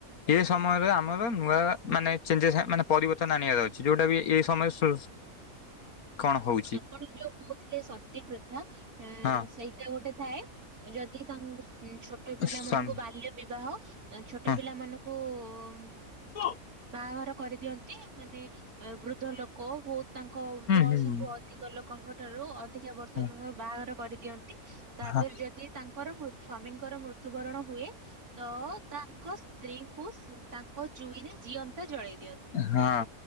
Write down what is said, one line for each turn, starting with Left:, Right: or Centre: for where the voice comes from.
Left: ଏ ସମୟରେ ଆମର ନୂଆ ମାନେ ଚେଞ୍ଜେସ୍ ମାନେ ପରିବର୍ତ୍ତନ ଆଣିବାର ଅଛି ଯୋଉଟା ବି ଏ ସମୟରେ ସୁ କଣ ହଉ
Right: ଆପଣ ଯୋଉ କହୁଥିଲେ ସତୀ ପ୍ରଥା ଏଁ
Left: ହଁ
Right: ସେଇ ସେ ଗୋଟେ ଥାଏ ଯଦି ତାଙ୍କୁ ଛୋଟ ପିଲା
Left: ସ୍ଵାମୀ
Right: ମାନଙ୍କୁ ବାଲ୍ୟ ବିବାହ ଛୋଟ
Left: ହଁ
Right: ପିଲା ମାନଙ୍କୁ ଉଁ
Left: <inaudible>
Right: ବାହାଘର କରିଦିଅନ୍ତି ମାନେ ବୃଦ୍ଧ ଲୋକ ବହୁତ ତାଙ୍କ ବୟସଠୁ
Left: ହୁଁ ହୁଁ
Right: ଅ ଅଧିକ ଲୋକଙ୍କ ଠାରୁ ଅଧିକା ବର୍ଷ
Left: ହଁ
Right: ଏମାଙ୍କୁ ବାହାଘର କରିଦିଅନ୍ତି ତାଦେରେ
Left: ହଁ
Right: ଯଦି ତାଙ୍କର ମୃତ୍ୟୁ ସ୍ଵାମୀଙ୍କର ମୃତ୍ୟୁବରଣ ହୁଏ ତ ତାଙ୍କ ସ୍ତ୍ରୀଙ୍କୁ ତାଙ୍କ ଜୁଇରେ ଜୀଅନ୍ତା ଜଳାଇ ଦିଅନ୍ତି।
Left: ହଁ ହଁ